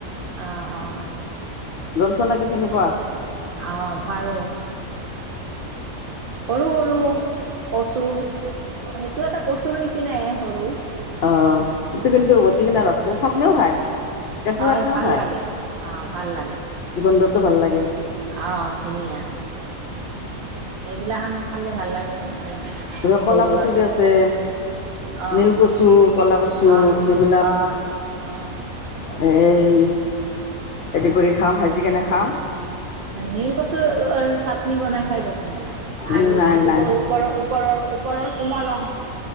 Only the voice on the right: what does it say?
অ, অ
অঁ পাৰো। সৰু সৰু কচু সেইটো এটা কচুৰ নিচিনাই সৰু।
সেইটো
অ'
ভাল
লাগে, আহ ভাল লাগে,
আহ ধুনীয়া। এইবিলাখান খালে ভাল লাগে
ঘৰুৱা
অ'
অ'
অ' অ'
নীল কচুৰ <unintelligible> চাটনি বনাই খাই পাইছেনে নাই?
আলু
যিটো
<unintelligible> ওপৰৰ ওপৰৰ ওপৰৰ কোমল অং